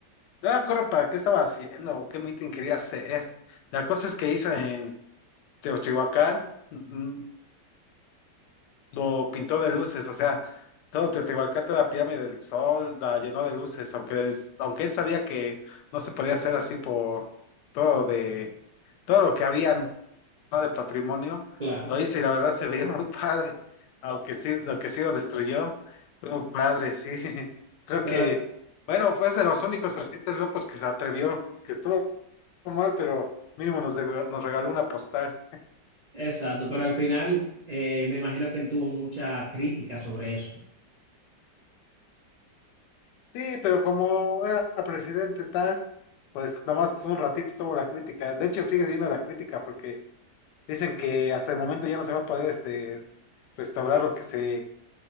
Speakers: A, on the left; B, on the right.
A: me acuerdo para qué estaba haciendo o qué meeting quería hacer. La cosa es que hizo en Teotihuacán, mm, mm, lo pintó de luces, o sea, todo Teotihuacán, toda la pirámide del sol, la llenó de luces, aunque, es- aunque él sabía que no se podía hacer así por todo de todo lo que había, ¿no? de patrimonio,
B: claro,
A: lo hizo y la verdad se veía <laughs> muy padre, aunque sí, lo que sí lo destruyó, fue muy padre, sí. <laughs> Creo
B: pero
A: que, bueno, fue de los únicos presidentes locos que se atrevió, que estuvo mal, pero mínimo nos, de nos regaló una postal.
B: exacto, pero al final eh, me imagino que él tuvo mucha crítica sobre eso.
A: Sí, pero como era presidente tal, pues nomás un ratito tuvo la crítica. De hecho, sigue viendo la crítica porque dicen que hasta el momento ya no se va a poder este, restaurar lo que se,